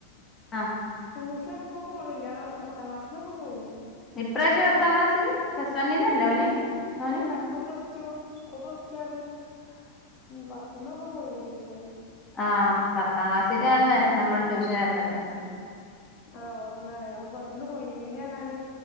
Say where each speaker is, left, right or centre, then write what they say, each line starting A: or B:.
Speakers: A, on the left; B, on the left.
A: ആഹ്
B: ട്യൂഷൻ പ്പ പോണില്ല പത്താം ക്ലാസ്സിന്നൊക്കെ പോയിനി
A: ഇപ്രാവശ്യ പത്താം ക്ലാസ്സ് പ്ലസ് വണ്ണിലല്ലേ ഓന് മോന്
B: അല്ല പ്പൊ പ്ലസ് ടു ഇപ്പൊ പ്ലസ് ടു ആണ് ഉം പത്തന്നൊക്കെ പോയി ട്യൂഷന്
A: ആ പത്താം ക്ലാസ്സിലാണ് നമ്മൾ ട്യൂഷൻ ഏർത്തേണ്ടെ
B: ആ പത്തന്നാണ് അപ്പൊ പത്ത്ന്ന് പോയിനി പിന്നെന്നാല്